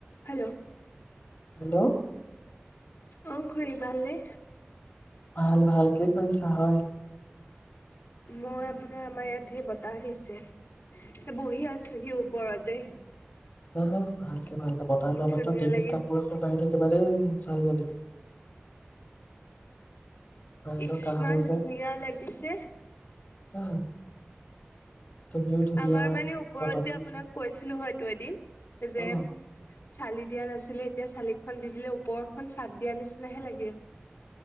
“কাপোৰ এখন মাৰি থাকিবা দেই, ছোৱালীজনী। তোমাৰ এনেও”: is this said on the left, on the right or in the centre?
Left